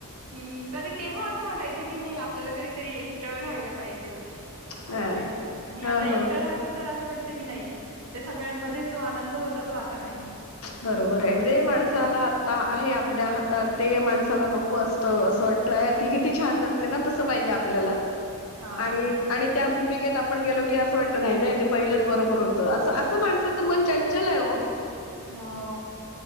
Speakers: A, on the right (about 80°); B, on the left (about 70°).
A: की कधी तेव्हा असं वाटायचं की नही आपल्याला कधीतरी एकट राहायला पाहिजे बुआ असं
B: हां.
A: वाटायचं आणि
B: हो,
A: आता एकटं
B: हो.
A: राहतो तर असं वाट की नाही ते सगळ्यांमध्येच जो आनंद होता तो आता नाहीये.
B: बरोबर आहे जे माणसाला आता आहे आपल्या हातात ते माणसाला नको असत असं <unintelligible> ती किती छान जगते ना तसं पाहिजे आपल्याला
A: हां
B: आणि आणि त्या भूमि केत आपण गेलो की अस वाटत नाही नाही ते पहिलंच बरोबर होत अस असं माणसाचं मन चंचल आहे ओ.
A: हो.